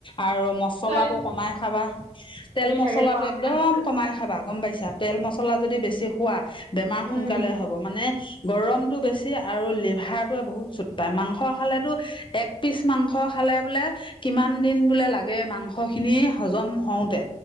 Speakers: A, on the left; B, on the right.
A: আৰু মছলা
B: ছোৱালী
A: টো কমাই খাবা। তেল
B: খুন্দি
A: মছলাটো
B: থাকে আকৌ আম
A: একদম
B: খাই গৈছে।
A: কমাই খাবা গম পাইছা তেল, মচলা। মছলা যদি বেছি খোৱা বেমাৰ
B: উম
A: সোনকালে হ'ব মানে। গৰমতটো বেছি আৰু লিভাৰটোৱে বহুত চুট পায় মাংস খালে তো একপিচ মাংস খালে বুলে, কিমান দিন বুলে লাগে মাংসখিনি হজম। হজম হওঁতে